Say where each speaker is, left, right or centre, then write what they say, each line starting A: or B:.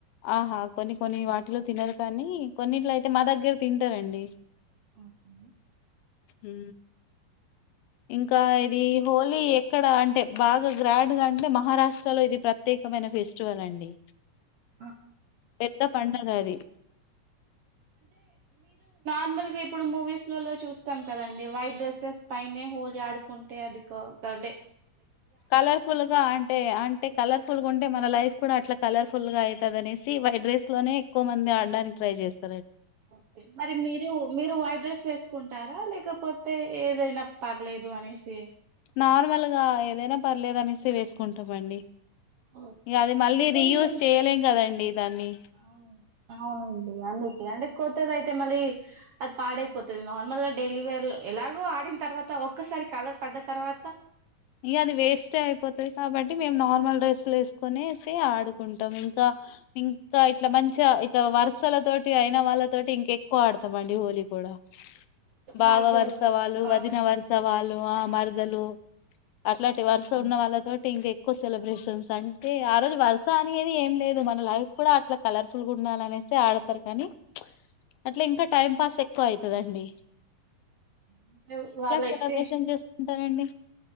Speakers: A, on the left; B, on the right.
A: ఆహా! కొన్ని కొన్ని వాటిలో తినరు కానీ కొన్నిట్ల అయితే మా దగ్గర తింటారండి
B: ఓకే
A: ఉ ఇంకా ఇది హోలీ ఎక్కడ అంటే బాగా గ్రాండ్గా అంటే మహారాష్ట్రలో ఇది ప్రత్యేకమైన ఫెస్టివల్ అండి.
B: ఆ
A: పెద్ద పండగ అది
B: నార్మల్ గా ఇప్పుడు మూవీస్ ల చూస్తాం కదండి వైట్ డ్రెస్సెస్ పైనే హలీ ఆడుకుంటే అది కాే
A: కలర్ఫుల్ గా అంటే అంటే కలర్ఫుల్ గా ఉంటే మన లైఫ్ కూడా అట్లా కలర్ఫుల్ గా అవుతుంది అనేసి వైట్ ర్రైస్ లోనే ఎక్కువ మంది ఆడడానికి ట్రై చేస్తంది
B: ఓకే మరి మీరు మీరు వైట్ రైస్ వేసుకుంటారా లేకపోతే ఏదైనా పలేదో అనిసి
A: నార్మల్గా ఏదైనా పర్లేదు అనేసి వేసుకుంటామండి
B: ఓకే
A: ఇక అది మళ్ళీ
B: అంటే కొంచెం
A: రీయూస్్ చేయలేం కదండి దాన్ని
B: అవును. అవునండి అందుకే అంటే కొత్తది అయితే మళ్ళీ అది పాడైపోతుంది నార్మల్గా డైలీవేర్ లో ఎలాగో ఆడిన తర్వాత ఒక్కసారి కలర్ పడ్డ తర్వాత
A: ఇంక అది వేస్టే అయిపోతది కాబట్టి మేము నార్మల్ డ్రెస్లు వేస్తాం కునేసి ఆడుకుంటాం ఇంకా ఇంకా ఇట్లా మంచి ఇట్లా వర్సలతోటి అయిన వాళ్ళతోటి ఇంకా ఎక్కువ ఆడతాం అండి హోలీ కూడా భావ
B: మరదలు
A: వర్సవాలు
B: బావలు
A: వదిన వర్సవాలు ఆ మారుదలు అట్లాంటి వరుస
B: హ్మ్.
A: ఉన్న వాళ్ళతోటి ఇంకె ఎక్కువ సెలబ్రేషన్స్ అంటే ఆ రోజు వరుస అనేది ఏం లేదు మన లైఫ్ కూడా అట్లా కలర్ఫుల్ గా ఉండాల అనేసి ఆడతారు కానీ అట్ ఇంకా టైమ్ పాస్ ఎ ఎక్కువ అవుతుందండి
B: అంటే వాళ్ళయితే
A: సెలబ్రేషన్ చేసుకుంటారండి